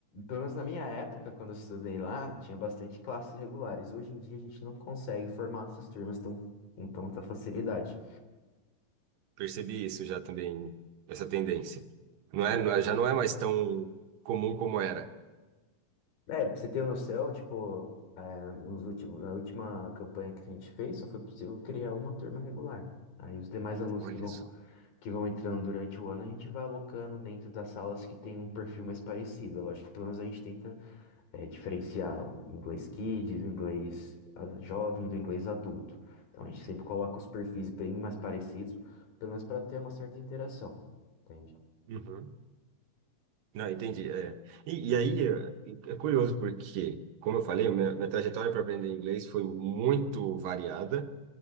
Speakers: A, on the left; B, on the right.
A: pelo menos na minha época, quando eu estudei lá, tinha bastante classes regulares. Hoje em dia a gente não consegue formar essas turmas tão, com tanta facilidade.
B: Percebi isso já também, essa tendência. Não é, não é- já não é mais tão comum como era.
A: É, pra você ter noção, tipo, é, nos últimos, na última campanha que a gente fez, só foi possível criar uma turma regular. Aí os demais alunos
B: Olha
A: que vão
B: só.
A: que vão entrando durante o ano, a gente vai alocando dentro das salas que tem um perfil mais parecido. Eu acho que pelo menos a gente tenta eh, diferenciar o inglês kids, o inglês ah, jovem do inglês adulto. Então a gente sempre coloca os perfis bem mais parecidos, pelo menos para ter uma certa interação, entende?
B: Uhum. Não, entendi. É. E, e aí, é é curioso porque, como eu falei, minha, minha trajetória para aprender inglês foi muito variada.